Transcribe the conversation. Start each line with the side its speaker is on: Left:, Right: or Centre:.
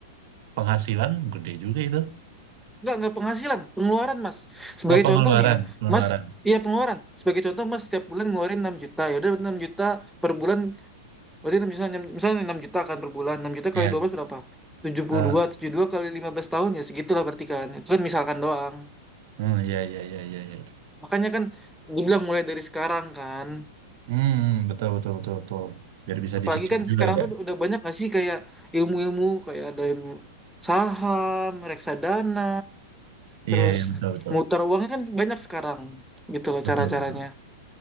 Right: penghasilan gede juga itu.
Centre: Enggak, enggak penghasilan, pengeluaran mas. Sebagai
Right: Oh, pengeluaran,
Centre: contoh nih ya,
Right: pengeluaran.
Centre: mas, iya pengeluaran. Sebagai contoh mas setiap bulan ngeluarin enam juta, ya udah 6 juta per bulan, berarti 6 juta, enam- misalnya 6 juta kan per bulan, 6 juta
Right: Ya.
Centre: kali 12 berapa? tujuh tujuh puluh
Right: Ah,
Centre: dua, tujuh puluh dua kali 15 tahun ya segitulah berarti kan. Itu kan misalkan doang.
Right: hmm, iya, iya, iya, iya, iya.
Centre: Makanya kan dibilang mulai dari sekarang kan.
Right: Hmm, betul, betul, betul, betul. Biar bisa
Centre: Apalagi
Right: dicicil
Centre: kan
Right: juga
Centre: sekarang
Right: kan ya.
Centre: tuh udah banyak gak sih kayak ilmu-ilmu, kayak ada ilmu saham, reksadana,
Right: Iya,
Centre: terus
Right: iya, betul, betul.
Centre: muter uangnya kan banyak sekarang gitu loh
Right: Betul,
Centre: cara-caranya.
Right: betul.